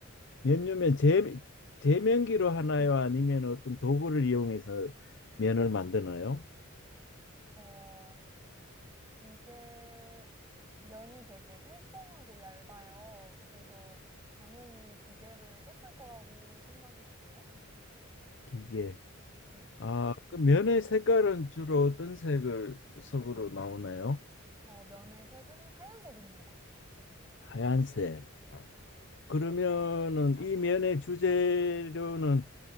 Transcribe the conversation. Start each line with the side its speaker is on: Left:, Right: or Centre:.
Left: 면류면 제, 제면기로 하나요? 아니면 어떤 도구를 이용해서 면을 만드나요?
Right: 어, 이게 면이 되게 일정하고 얇아요. 그래서 당연히 기계를 썼을 거라고 생각이 드네요.
Left: 기계.
Right: 네.
Left: 아, 그 면의 색깔은 주로 어떤 색을 속으로 나오나요?
Right: 어, 면의 색은 하얀색입니다.
Left: 하얀색.
Right: 네.
Left: 그러면은 이 면의 주재료는